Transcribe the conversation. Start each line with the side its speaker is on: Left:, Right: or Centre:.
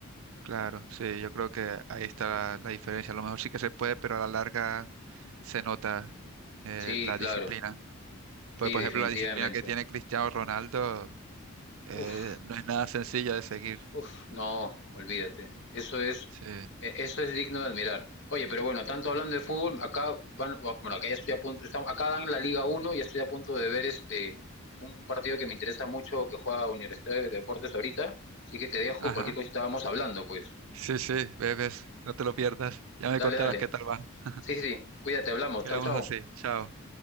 Right: Claro, sí, yo creo que ahí está la, la diferencia. A lo mejor sí que se puede, pero a la larga se nota eh,
Left: Sí,
Right: la
Left: claro,
Right: disciplina.
Left: sí,
Right: Pues, por
Left: definitivamente.
Right: ejemplo, la disciplina que tiene Cristiano Ronaldo eh,
Left: Uf.
Right: no es nada sencilla de seguir.
Left: Uf, no, olvídate. Eso es,
Right: Sí,
Left: e- eso es digno de admirar. Oye, pero bueno, tanto hablando de fútbol, acá van, bueno, acá ya estoy a punto, estamos, acá dan la Liga Uno y estoy a punto de ver este un partido que me interesa mucho que juega Universidad de Deportes ahorita, así que te dejo,
Right: ajá.
Left: cualquier cosita vamos hablando, pues.
Right: Sí, sí, bebés, no te lo pierdas. Ya me
Left: Dale,
Right: contarás
Left: dale.
Right: qué tal va. <laughs>
Left: Sí, sí, sí. Cuídate, hablamos.
Right: Quedamos
Left: Chau, chau.
Right: así, chao.